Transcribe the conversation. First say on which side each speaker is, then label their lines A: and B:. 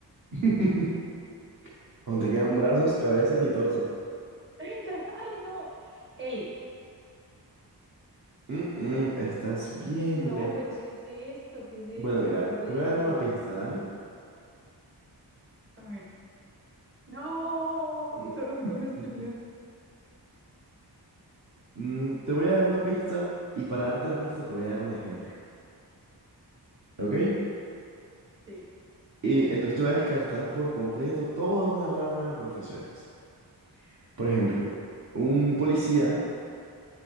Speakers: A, on the right; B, on the right.
A: <laughs> Aún
B: Eh,
A: te quedan brazos, cabezas y torso.
B: <laughs> Ay, no. L.
A: Mm-mm, Estás bien
B: Ay, no,
A: lejos.
B: pero ¿qué es esto? ¿Qué es esto?
A: Bueno, mira,
B: ¿Qué es
A: te voy a dar
B: esto?
A: una pista, ¿dale?
B: A ver. No,
A: Mm,
B: solo me queda una extremidad.
A: mm, mm, te voy a dar una pista y para darte la pista te voy a dar un ejemplo, ¿ok?
B: A ver, sí.
A: Y entonces te voy a descartar por completo toda una rama de profesiones. Por ejemplo, un policía